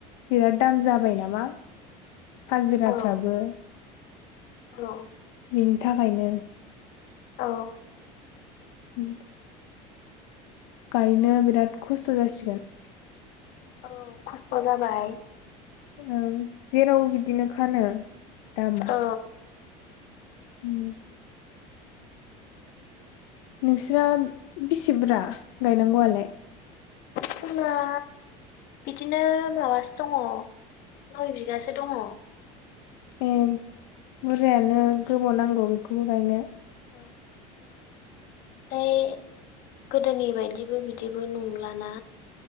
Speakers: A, on the left; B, on the left.
A: बिराद दाम जाबाय नामा?
B: <unintelligible>
A: हाजिराफ्राबो
B: औ औ
A: बिनि थाखायनो।
B: औ
A: उम गायनो बिराद खस्थ' जासिगोन।
B: औ खस्थ' जाबाय।
A: औ जेरावबो बिदिनो खानो दामा।
B: औ
A: उम नोंस्रा बेसे बुरा गायनांगौ आलाय?
B: जोंना बिदिनो माबासो दङ नय बिगासो दङ।
A: ए बुरजायानो गोबाव नांगौ बेखौबो गायनो।
B: औ ओमफाय गोदोनि बायदिबो बिदिबो नंलाना